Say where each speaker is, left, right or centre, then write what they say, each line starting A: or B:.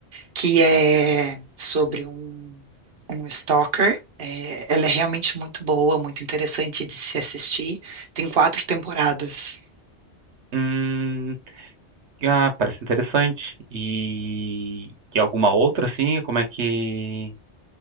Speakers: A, on the right (about 60°); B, on the right (about 80°).
A: que é sobre um, um stalker. É, ela é realmente muito boa, muito interessante de se assistir. Tem quatro temporadas.
B: Hum, ah, parece interessante. E, e alguma outra, assim? Como é que...